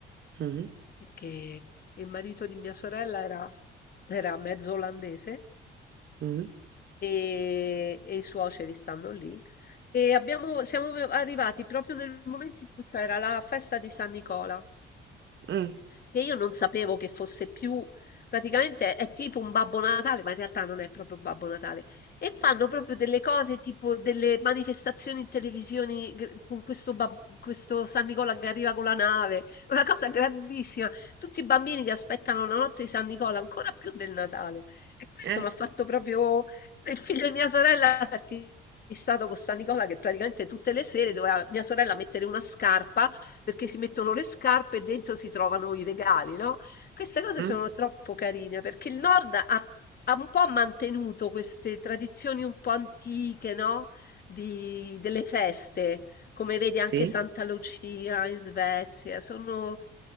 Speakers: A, on the right; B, on the left.
A: Mhm,
B: perché il marito di mia sorella era, era mezzo olandese
A: mhm,
B: e, e i suoceri stanno lì. E abbiamo- siamo arrivati proprio nel momento in cui c'era la festa di San Nicola
A: mm,
B: che io non sapevo che fosse più, praticamente è tipo un Babbo Natale, ma in realtà non è proprio Babbo Natale. E fanno proprio delle cose tipo delle manifestazioni in televisione gr- con questo, bab- questo San Nicola che arriva con la nave, una cosa grandissima. Tutti i bambini che aspettano la notte di San Nicola, ancora più del Natale. E questo
A: eh,
B: mi ha fatto proprio il figlio di mia sorella si è fissato con San Nicola che praticamente tutte le sere doveva mia sorella mettere una scarpa perché si mettono le scarpe e dentro si trovano i regali, no? Queste cose
A: mm,
B: sono troppo carine perché il Nord ha, ha un po' mantenuto queste tradizioni un po' antiche, no? Di- delle feste, come vedi
A: sì,
B: anche Santa Lucia in Svezia, sono